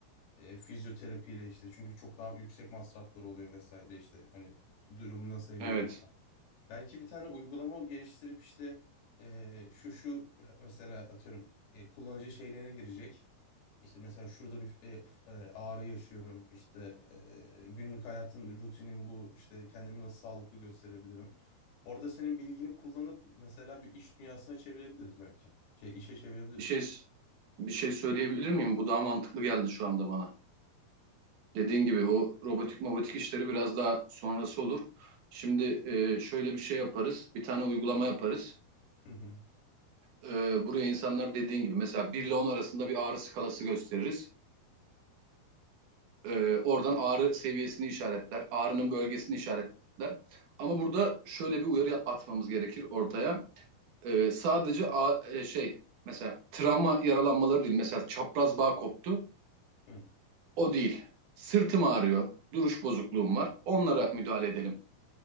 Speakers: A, on the left; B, on the right.
A: E, fizyoterapiyle işte çünkü çok daha yüksek masraflar oluyor vesaire işte hani durumu nasıl el
B: Evet.
A: veriyorsa. Belki bir tane uygulama geliştirip işte e, şu şu mesela atıyorum e, kullanıcı şeylerine girecek. İşte mesela şurada bir e, f- e, ağrı yaşıyorum işte e, günlük hayatım rutinim bu işte kendimi nasıl sağlıklı gösterebilirim. Orada senin bilgini kullanıp mesela bir iş dünyasına çevirebiliriz belki. Şey işe çevirebiliriz.
B: Bir şey bir şey söyleyebilir miyim? Bu daha mantıklı geldi şu anda bana. Dediğin gibi o robotik mobotik işleri biraz daha sonrası olur. Şimdi e, şöyle bir şey yaparız. Bir tane uygulama yaparız.
A: Hı hı.
B: E, buraya insanlar dediğin gibi mesela 1 ile 10 arasında bir ağrı skalası gösteririz. E, oradan ağrı seviyesini işaretler. Ağrının bölgesini işaretler. Ama burada şöyle bir uyarı atmamız gerekir ortaya. E, sadece a- e, şey mesela travma yaralanmaları değil. Mesela çapraz bağ koptu.
A: Hı
B: O değil. Sırtım ağrıyor. Duruş bozukluğum var. Onlara müdahale edelim.